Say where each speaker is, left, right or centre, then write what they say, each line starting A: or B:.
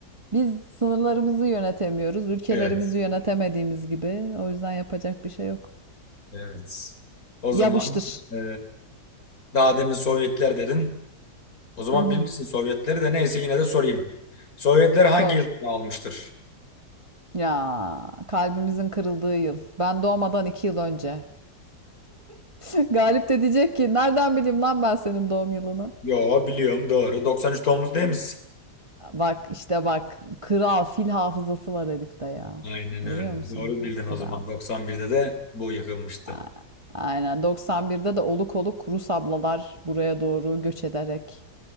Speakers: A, on the right (about 20°); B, on the left (about 55°).
A: Biz sınırlarımızı yönetemiyoruz. Ülkelerimizi
B: Evet,
A: yönetemediğimiz gibi. O yüzden yapacak bir şey yok.
B: evet. evet. O
A: Yapıştır.
B: zaman ee, daha demin Sovyetler dedin. O zaman
A: Hı hı.
B: bilirsin Sovyetleri de neyse yine de sorayım. Sovyetler hangi
A: Sor.
B: yılda dağılmıştır?
A: Ya kalbimizin kırıldığı yıl. Ben doğmadan iki yıl önce. <laughs> Galip de diyecek ki nereden bileyim lan ben senin doğum yılını.
B: Yo biliyorum doğru. 93 Tomuz değil misin?
A: Bak işte bak kral fil hafızası var herifte ya.
B: Aynen
A: Görüyor
B: öyle.
A: musun?
B: Doğru bildin
A: Bak, kral.
B: o zaman. 91'de de bu yıkılmıştı.
A: A- Aynen 91'de de oluk oluk Rus ablalar buraya doğru göç ederek